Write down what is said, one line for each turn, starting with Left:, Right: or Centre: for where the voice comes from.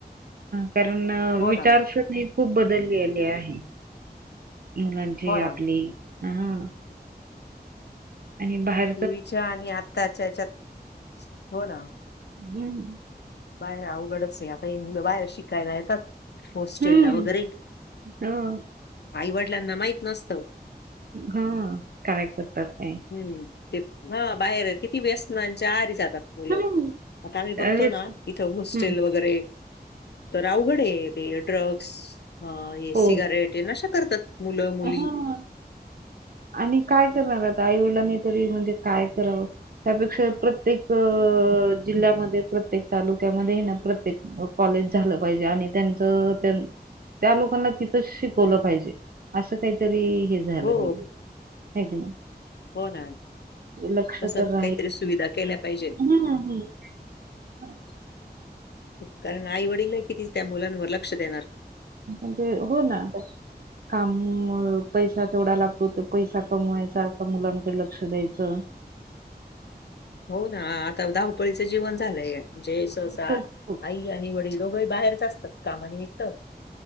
Right: कारण
Left: हो
Right: विचारस
Left: ना
Right: मी खूप बदलेली आहे. मुलांची
Left: हो ना
Right: आपली अहं आणि बाहेर
Left: पूर्वीच्या आणि आत्ताच्या हेच्यातं हो ना.
Right: हम्म,
Left: बाहेर अवघडचं हे. काही मुलं बाहेर शिकायला येतात हॉस्टेला
Right: हं,
Left: वगैरे,
Right: हो,
Left: आईवडीलांना माहीतं नसतं.
Right: हां, काय करतात काय?
Left: हम्म, ते. हा बाहेर कित ती व्यसनांच्या आहारी जातात मुलं
Right: हं,
Left: आता आम्ही बघतो
Right: त्यावेळेस
Left: ना इथं हॉस्टेल
Right: हं,
Left: वगैरे, तर अवघड ते ड्रग्स हा हे
Right: हो.
Left: सिगरेट. ते नशा करतात मुलं - मुली.
Right: हां. आणि काय करणार आता आईवडिलांनी तरी म्हणजे काय करावं. त्यापेक्षा प्रत्येक अ - जिल्ह्यामध्ये प्रत्येक तालुक्यामध्ये ना प्रत्येक अ - कॉलेज झालं पाहीजे आणि त्यांचं त्यां त्या लोकांना तिथं शिकवलं पाहिजे असं काहीतरी हे झालं
Left: हो,
Right: पाहिजे. हग
Left: हो ना.
Right: लक्ष
Left: तसं
Right: तर राहील
Left: काहीतरी सुविधा केल्या पाहिजेत.
Right: होना हो हम <unintelligible>
Left: कारण आईवडील कि तिचं त्या मुलांवर लक्ष देणार.
Right: म्हणजे हो ना काम पैसा केवढा लागतो तर पैसा कमवायचा का मुलांकडे लक्ष द्यायचं
Left: हो ना आता धावपळीचं जीवन झालंय म्हणजे सहसा
Right: खूप, खूप.
Left: आई आणि वडील दोघंही बाहेरच असतात कामानिमित्त